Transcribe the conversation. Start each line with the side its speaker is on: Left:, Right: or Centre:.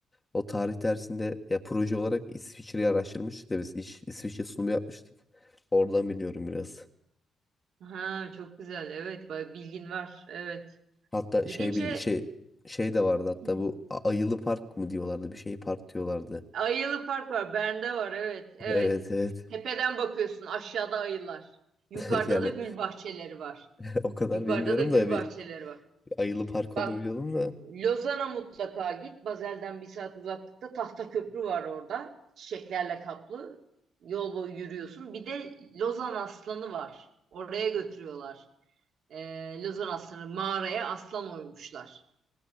Left: O tarih dersinde ya proje olarak İsviçre'yi araştırmıştık da biz İş- İsviçre sunumu yapmıştık. Oradan biliyorum biraz.
Right: Ha, çok güzel. Evet, bay- bilgin var. Evet.
Left: Hatta
Right: Gidince
Left: şey bil- şey şey de vardı hatta
Right: Hı.
Left: bu A- Ayılı Park mı diyorlardı bir şey park diyorlardı.
Right: Ayılı Park var. Bern'de var. Evet, evet.
Left: Evet evet.
Right: Tepeden bakıyorsun. Aşağıda ayılar. Yukarıda
Left: <laughs> Yani
Right: da gül bahçeleri var.
Left: <laughs> o kadar
Right: Yukarıda
Left: bilmiyorum
Right: da gül
Left: da
Right: bahçeleri
Left: bir
Right: var.
Left: Ayılı Park
Right: Bak
Left: olduğunu biliyordum da.
Right: Lozan'a mutlaka git. Bazel'den bir saat uzaklıkta tahta köprü var orada. Çiçeklerle kaplı. Yol boyu yürüyorsun. Bir de Lozan aslanı var. Oraya götürüyorlar. Ee, Lozan aslanı mağaraya aslan oymuşlar.